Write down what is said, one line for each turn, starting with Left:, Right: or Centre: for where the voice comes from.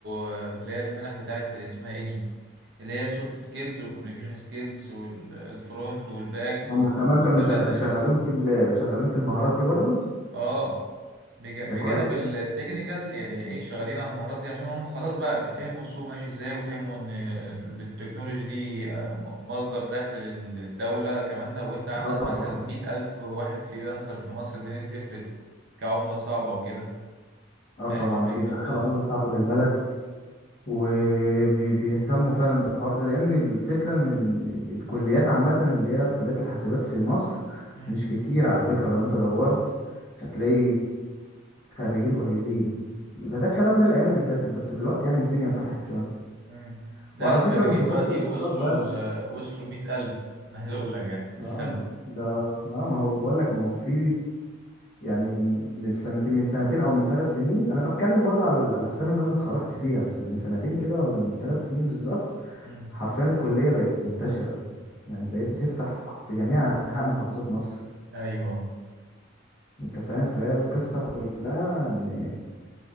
Right: آه، اللي هي المنح بتاعت اسمها ايه دي اللي هي السوفت سكيلز والكوميونيكيشن سكيلز والفرونت والباك
Left: هم
Right: والداتا
Left: كمان كانوا شغ...
Right: اناليسيز
Left: شغالين في ال... شغالين في المهارات دي برضو
Right: اه بج- بجانب
Left: ده كويس
Right: التكنيكال يعني ايه شغالين على المهارات دي عشان هم خلاص بقى ف- فهموا السوق ماشي ازاي وفهموا ان التكنولوجي دي مصدر دخل للدولة كمان لو انت عندك
Left: اه طبعا
Right: مثلا مئة ألف واحد فريلانسر في مصر دي تفرق كعملة صعبة وكده
Left: اه
Right: فاهم
Left: طبعا
Right: الفكرة
Left: بيدخل
Right: ف
Left: عملة صعبة للبلد وبيهتموا فعلا بالحوار ده لان الفكرة ان ال... ال- الكليات عامة اللي هي كليات الحاسبات في مصر
Right: مم.
Left: مش كتير على فكرة لو انت دورت هتلاقي خريجين قليلين ده ده الكلام ده الايام اللي فاتت بس دلوقتي يعني الدنيا فتحت شويه
Right: مم. لا
Left: وعلى
Right: الخريجين
Left: فكره مش وزاره
Right: دلوقتي
Left: الاتصالات
Right: وصلوا
Left: بس
Right: ل... وصلوا مئة ألف أنا عايز أقول لك يعني في
Left: اه
Right: السنة
Left: ده اه ما هو بقول لك ما هو في يعني من سنتين من سنتين او من ثلاث سنين انا بتكلم برضه على ال- على السنه اللي انا اتخرجت فيها بس من سنتين كده ولا من ثلاث سنين بالظبط
Right: مم.
Left: حرفيا الكليه بقت منتشره يعني بقيت بتفتح في في جميع انحاء محافظات مصر
Right: أيوه
Left: انت فاهم فهي القصه
Right: مم.
Left: كلها ان